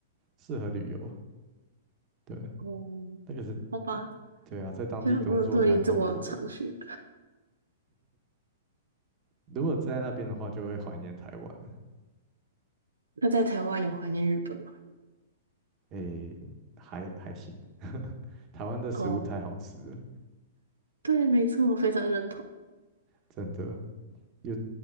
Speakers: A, on the right; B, on the right.
A: 适合旅游，对，
B: 哦，
A: 那个是，
B: 好吧，
A: 对啊，在当地工作太痛苦了。
B: 现在我朋友都已经这么长去了，
A: 如果在那边的话，就会怀念台湾了。
B: 那在台湾有怀念日本吗？
A: 诶，还还行，<laughs> 台湾的食物太好吃了，
B: 哦，对，没错，我非常认同。
A: 真的。有，